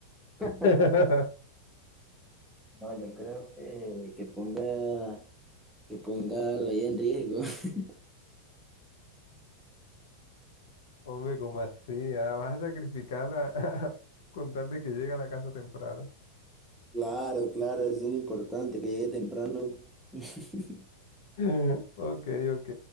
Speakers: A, on the left (about 55°); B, in the centre.
A: <laughs>
B: <laughs> no, yo creo que, que ponga, que ponga la vida en riesgo. <laughs>
A: Hombre, ¿cómo así? Ah, vas a sacrificarla <laughs> con tal de que llegue a la casa temprano.
B: Claro, claro, es muy importante, que llegue temprano. <laughs>
A: <laughs> Ok, ok.